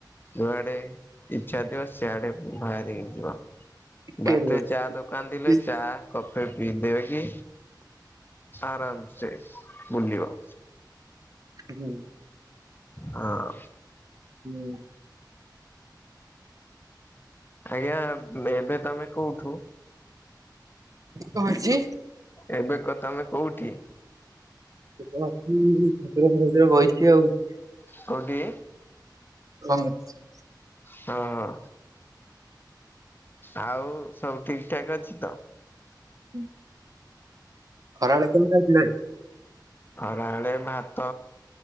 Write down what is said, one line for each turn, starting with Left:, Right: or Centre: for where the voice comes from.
Left: ଯୁଆଡେ ଇଛା ଥିବ, ସିଆଡେ ବାହାରିକି ଯିବ।
Right: ଟିକେ
Left: ବାଟରେ
Right: ରୁହ
Left: ଚା ଦୋକାନ ଥିଲେ
Right: ଟିକେ
Left: ଚା କପେ ପିଇ ଦେଇକି, ଆରାମସେ ବୁଲିବ।
Right: <unintelligible>
Left: ହଁ।
Right: ହୁଁ।
Left: ଆଜ୍ଞା, ଏବେ ତମେ କୋଉଠୁ?
Right: କଣ ହେଇଚି?
Left: ଏବେ କ ତମେ କୋଉଠି?
Right: <unintelligible> ଆଉ।
Left: କୋଉଠି?
Right: <unintelligible>
Left: ହଁ ହଁ। ଆଉ ସବୁ ଠିକଠାକ୍ ଅଛି ତ?
Right: ହୁଁ। ଖରାବେଳେ କଣ ଖାଇଥିଲ ଆଜି?
Left: ଖରାବେଳେ ଭାତ,